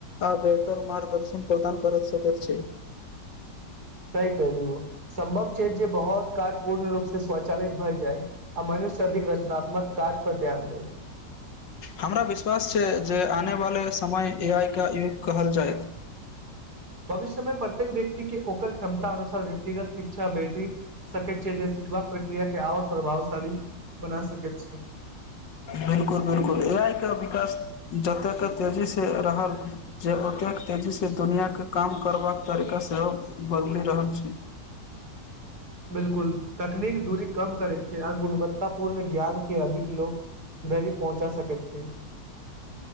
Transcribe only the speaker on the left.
आ बेहतर मार्गदर्शन पावि काम करत सकैत छै
हमरा विश्वास छै जे आनवाले समय ए आइ का युग कहल जाएत
बिलकुल बिलकुल ए आइ का विकास जखन ओतेक तेजीसँ रहल जे ओतेक तेजीसँ दुनिआके काम करबाक तरीका सेहो बदिले रहल छै